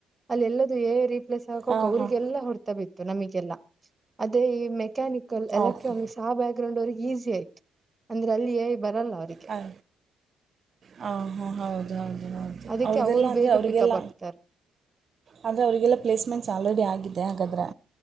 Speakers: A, on the right; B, on the right.
A: ಅಲ್ಲಿ ಎಲ್ಲದೂ ಏ ರೀಪ್ಲೇಸ್ ಹ
B: ಹಾಂ
A: ಅವಲ್ಲ
B: ಹಾಂ
A: ಹೊಡ್ತ ಬಿತ್ತು ನಮಗೆಲ್ಲ ಅದೇ ಈ ಮೆಕ್ಯಾನಿಕಲ್ ಎಲೆಕ್ಟ್ರಾನಿಕ್ಸ್
B: ಓಕೆ
A: ಆ ಬ್ಯಾಕ್ ಗ್ರೌಂಡ್ ಅವ್ರಿಗೆ ಈಸಿ ಆಯ್ತ ಅಂದ್ರೆಲ್ಲಿ ಬರಲ್ಲ ಅವ್ರರಿಗೆ
B: ಹಾಯ ಹಾಂ ಹಾಂ ಹೌದು ಹೌದು ಹೌದು
A: ಅದಕ್ಕೆ
B: ಅವ್ರ್ದೆಲ್ಲ
A: ಅವರು
B: ಅಂದರೆ
A: ಬೇಗ
B: ಅವ್ರಿಗೆಲ್ಲ
A: ಪಿಕಪ್ ಆಗ್ತಾರೆ
B: ಆದರೆ ಅವರಿಗೆಲ್ಲ ಪ್ಲೇಸ್ಮೆಂಟ್ಸ್ ಆಲ್ರೆಡಿ ಆಗಿದೆ ಹಾಗಾದ್ರೆ